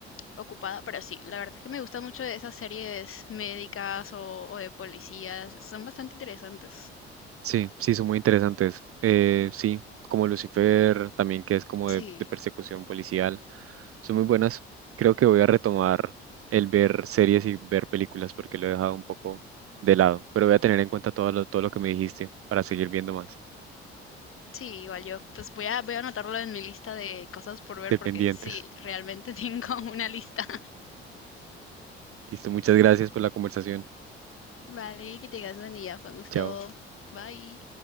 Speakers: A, on the left (about 40°); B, on the right (about 45°).
A: ocupada, pero sí, la verdad es que me gusta mucho de esas series médicas o, o de policías. Son bastante interesantes.
B: Sí, sí, son muy interesantes. Eh, sí, como Lucifer, también que es como
A: Sí,
B: de, de persecución policial, son muy buenas. Creo que voy a retomar el ver series y ver películas porque lo he dejado un poco de lado, pero voy a tener en cuenta todo lo, todo lo que me dijiste para seguir viendo más.
A: sí, igual yo. Pues voy a, voy a anotarlo en mi lista de cosas por ver
B: Dependientes.
A: porque sí, realmente <laughs> tengo una lista.
B: Listo, muchas gracias por la conversación.
A: Vale, que tengas buen día, fue un gusto.
B: Chao.
A: Bye.